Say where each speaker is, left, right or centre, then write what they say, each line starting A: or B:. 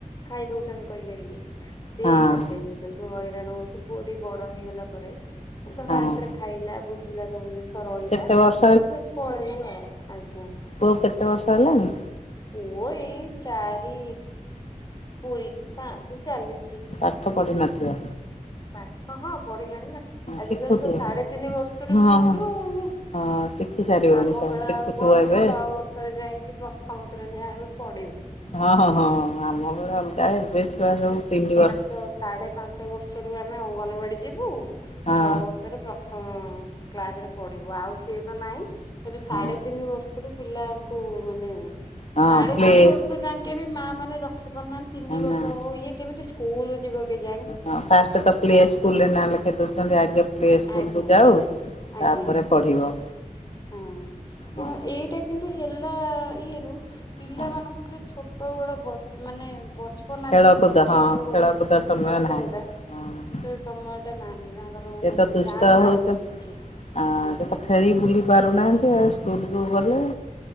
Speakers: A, on the left; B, on the left.
A: ଖାଇ ଦଉଛନ୍ତି କରି କରିକି ସେଇ
B: ହଁ
A: ପଟ ଉଠେଇ ଦଉଛନ୍ତି ତୁ ହଇରାଣ ହଉଛି ପୁଅଠି ବଡ ହେଇଗଲା ପରେ- - ଧର
B: ହଁ
A: ହାତରେ ଖାଇଲା ବୁଝିଲା ସବୁ ଜିନିଷ ରହିଲା-
B: କେତେ ବର୍ଷ
A: - ତୁ ସେଠି ପଳେଇବୁ ଆଉ। ଆଜ୍ଞା
B: କୋଉ କେତେ ବର୍ଷ ହେଲାଣି?
A: ପୁଅ ଏଇ ଚାରି ପୁରୀ କି ପାଞ୍ଚ ଚାଲିଛି।
B: ପାଠ ପଡିିନଥିବ?
A: ପାଠ ହଁ ପଢିଲାଣି ନା ଆଜି
B: ଶିଖୁଥିବ
A: କାଲି ତ ସାଢେ ତିନି ବର୍ଷରୁ
B: ହଁ
A: ସ୍କୁଲ
B: ହଁ
A: ଆଉ।
B: ହଁ ଶିଖି ସାରିବଣି
A: ଆମ
B: ସବୁ
A: ବେଳା
B: ଶିଖୁଥିବ
A: ଆଉ କଣ ଅଛି
B: ଏବେ
A: ଛଅ ବର୍ଷ ରେ ଯାଇକି ପ୍ରଥମ ଶ୍ରେଣୀ ଆମେ ପଢିବୁ।
B: ହଁ ହଁ ହଁଁ ଆମ ଭଳେ ଅଲଗା ଏବେ ଛୁଆ ସବୁ ତିନି ବର୍ଷ
A: ତ ସାଢେ ପାଞ୍ଚ ବର୍ଷରୁ ଆମେ ଅଙ୍ଗନବାଡି ଯିବୁ
B: ହଁ
A: ଛଅ ବର୍ଷ- - ପ୍ରଥମ କ୍ଲାସରେ ପଢିବୁ ଆଉ ସିଏ ତ ନାହିଁ ଏବେ ସାଢେ
B: ହଁ
A: ତିନି ବର୍ଷରୁ- - ପିଲାଙ୍କୁ ମାନେ
B: ହଁ
A: ସାଢେ
B: ପ୍ଲେ
A: ତିନି ବର୍ଷ
B: ସ୍କୁଲ
A: ଯାଙ୍କେ ବି ମା ମାନେ ରଖି ପାରୁନାହାନ୍ତି ତିନି ବର୍ଷ
B: ନା
A: ହଉ ଇଏ -- କେମିତି ସ୍କୁଲ ରୁ ଯିବ କି ଜାଣି
B: ହଁ ଫାଷ୍ଟ ତ ପ୍ଲେ ସ୍କୁଲରେ ନାଁ ଲେଖି ଦଉଚନ୍ତି ଆଗେ ପ୍ଲେ ସ୍କୁଲକୁୁ
A: ଆଜ୍ଞା
B: ଯାଉ।
A: ଆଜ୍ଞା।
B: ତାପରେ ପଢ଼ିବ।
A: ହଁ କିନ୍ତୁ
B: ହଁ
A: ଏଇଟା କିନ୍ତୁ ହେଲା ଇଏ ରୁ ପିଲାମାନଙ୍କ
B: ହଁ
A: ଯୋଉ ଛୋ ଛୋଟବେଳ ବ ମାନେ ପପନା
B: ଖେଳକୁଦ
A: ଯୋଉ କୁହନ୍ତି
B: ହଁ
A: ଛୋଟ
B: ଖେଳକୁଦ
A: ବେଳ ପିରି
B: ସମୟ
A: ଖେଳକୁଦ
B: ନାହିଁ
A: ଟା
B: ହଁ
A: ସେ ସମୟ ଟା ନାହିଁ ତାଙ୍କର ମାନେ
B: ସେ ତ ଦୁଷ୍ଟ
A: ଜାଣୁନାହାନ୍ତି
B: ହଉଛ
A: କିଛି।
B: ଆ
A: ଆଜ୍ଞା
B: ସେ ତ ଖେଳି ବୁଲି ପାରୁନାହାନ୍ତି ଆଉ। ତୁ ବୋଲେ
A: ହଁ ହଁ।